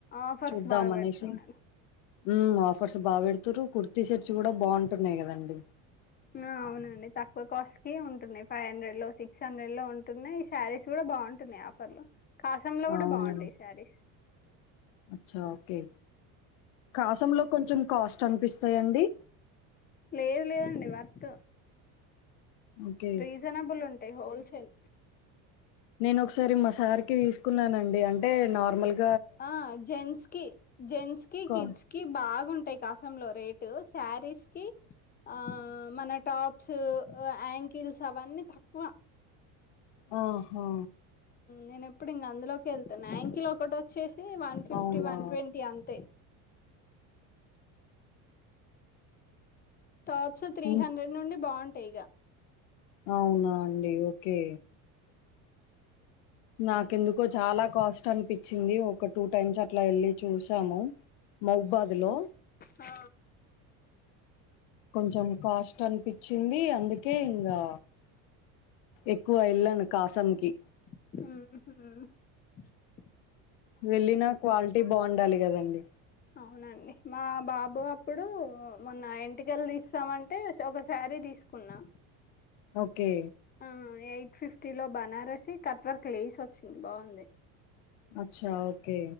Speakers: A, on the left; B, on the left.
A: ఆఫర్స్
B: చూద్దాం
A: బాగా
B: అనేసి
A: పెడుతున్నారు
B: ఉమ్ ఆఫర్స్ బా పెడుతారు కుర్తీ షర్ట్స్ కూడా బాగుంటున్నాయి కదండి
A: ఆ అవునండి తక్కువ కాస్ట్ కి ఉంటున్నాయి ఫైవ్ హండ్రెడ్ లో సిక్స్ హండ్రెడ్ లో ఉంటున్నాయి శారీస్ కూడా బాగుంటున్నాయి ఆఫర్ లో కాసం లో కూడా
B: అవునండి
A: బాగుంటాయి శారీస్
B: అచ్చా ఓకే కాసంలో కొంచెం కాస్ట్ అనిపిస్తాయండి
A: లేదు లేదండి వర్త్
B: ఓకే
A: రీజనబుల్ ఉంటాయి హోల్సేల్
B: నేను ఒకసారి మా సారికిి తీసుకున్నానండి అంటే నార్మల్గా
A: ఆ జెంట్స్ కి జెంట్స్ కి
B: కా
A: కిడ్స్ కి బాగుంటాయి కాసము లో రేటు శారీస్ కి ఆ ఆ మన టాప్స్ యాంకిల్స్ అవన్నీ తక్కువ
B: ఆహా
A: నేను ఎప్పుడు ఇంక అందులోకి వెళ్తాను అయాంకిలో ఒకటి వచ్చే వన్ ఫిఫ్టీ
B: అవునా!
A: వన్ ట్వంటీ అంతే టాప్స్ త్రీ
B: హ్మ్.
A: హండ్రెడ్ నుండి బాగుంటాయి ఇగ
B: అవునా అండి ఓకే నాకెందుకో చాలా కాస్ట్ అనిపించింది ఒక టూ టైమ్స్ అట్లా వెళ్ళి చూసాము మైబాద్ లో
A: ఆ
B: కొంచెం కాస్ట్ అనిపించింది అందుకే ఇంకా ఎక్కువ వెల్ళను కాసాం కి
A: ఆహ
B: వెళ్ళిన క్వాలిటీ బాగుండాలి కదండి
A: అవునండి మా బాబు అప్పుడు మొన్న ఇంటికెలు తీస్తామంటే ఒకసారి సారీ తీసుకున్నా
B: ఓకే
A: ఆ ఎయిట్ ఫిఫ్టీ లో బనారసీ కట్వర్క్ లేసి వచ్చింది బాగుంది
B: అచ్చా ఓకే